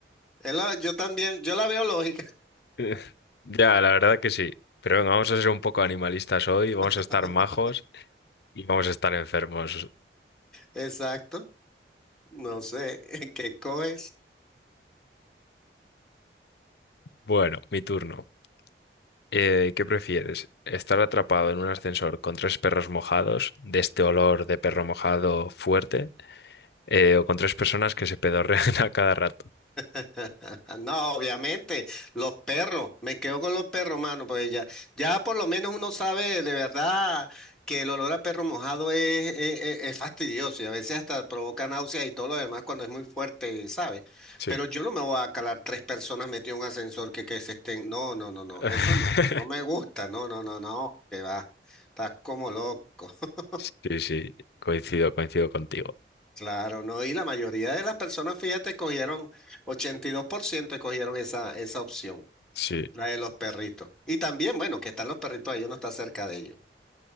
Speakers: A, in the centre; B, on the left (about 70°).
A: Es la- yo también, yo la veo lógica.
B: Eh, Ya, la verdad que sí. Pero venga, vamos a ser un poco animalistas hoy, vamos
A: <laughs>
B: a estar majos y vamos a estar enfermos.
A: Exacto. No sé, <laughs> ¿qué coges?
B: Bueno, mi turno. Eh, ¿qué prefieres? ¿Estar atrapado en un ascensor con tres perros mojados, de este olor de perro mojado fuerte, eh, o con tres personas que se pedorrean <laughs> a cada rato?
A: <laughs> No, obviamente, los perros, me quedo con los perros, mano, pues ya, ya por lo menos uno sabe de verdad que el olor a perro mojado es, es- es- es fastidioso y a veces hasta provoca náuseas y todo lo demás cuando es muy fuerte, ¿sabes?
B: Sí.
A: Pero yo no me voy a calar tres personas metidas en un ascensor que, que se estén, no, no, no, no,
B: <laughs>
A: eso no, no me gusta, no, no, no, no, que va, estás como loco. <laughs>
B: Sí, sí, coincido, coincido contigo.
A: Claro, no, y la mayoría de las personas, fíjate, cogieron, 82% escogieron esa, esa opción.
B: Sí,
A: La de los perritos. Y también, bueno, que están los perritos ahí, uno está cerca de ellos.